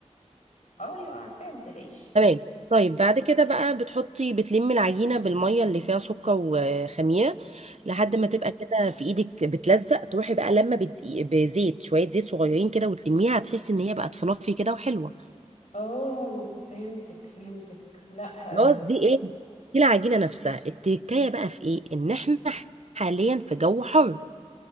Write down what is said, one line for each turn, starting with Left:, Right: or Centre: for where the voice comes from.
Left: اه ايوه فاهمة ما تقلقيش
Right: تمام طيب بعد كده بقى بتحطي بتلمي العجينة بالمية اللي فيها سكر وخميرة لحد
Left: امم
Right: ما تبقى كده في ايدك بتلزق تروحي بقى لما بت... بزيت شوية زيت صغيرين كده وتلميها هتحسي ان هي بقت فluffy كده وحلوة
Left: اه فهمتك فهمتك لا ه-
Right: خلاص دي ايه دي العجينة نفسها التركاية بقى في ايه ان احنا حاليا في جو حر